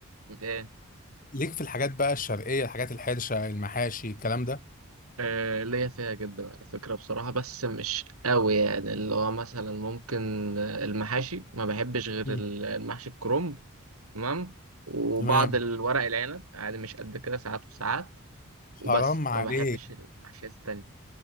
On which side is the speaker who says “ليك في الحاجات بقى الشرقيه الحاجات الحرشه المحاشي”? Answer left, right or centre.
Left